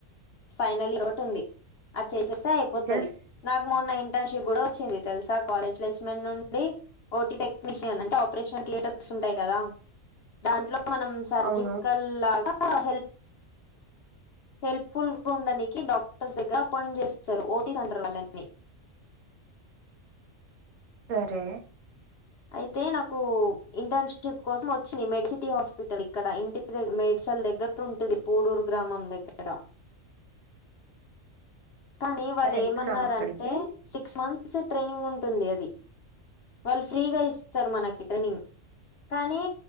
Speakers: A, on the left (about 55°); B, on the right (about 80°).
A: ఫైనల్ ఒకటి ఉంది చేసేస్తే అయిపోతది
B: రిజల్ట్స్
A: నాకు మొన్న ఇంటి టర్న్షిప్ కూడా వచ్చింది తెలుసా కాలేజ్ ప్లేస్మెంట్ నుండి ఓటీ అంటే ఆపరేషన్ థియేటర్స్ ఉంటాయి కదా దాంట్లో మనం సర్జికల్
B: అవును
A: లాగా ఆ హెల్ప్ హెల్ప్ ఫుల్ గా ఉండనికి డాక్టర్స్ దగ్గర అపాయింట్ చేస్తారు ఓటీస్ అంటరు వాళ్ళని
B: సరే
A: అయితే నాకు ఇంటర్న్షిప్ కోసం ఒ వచ్చింది మెడిసిటీ హాస్పిటల్ ఇక్కడ ఇంటికి మేడ్చల్ దగ్గర ఉంటది పూడూరు గ్రామం దగ్గర కానీ వాళ్ళు
B: మరి వెళ్తున్నావా
A: ఏమన్నారంటే
B: అక్కడికి
A: సిక్స్ మంత్స్ ఒకసారి ట్రైనింగ్ ఉంటుంది అది వాళ్ళు ఫ్రీగా ఇస్తారు మనకి ట్రైనింగ్ కానీ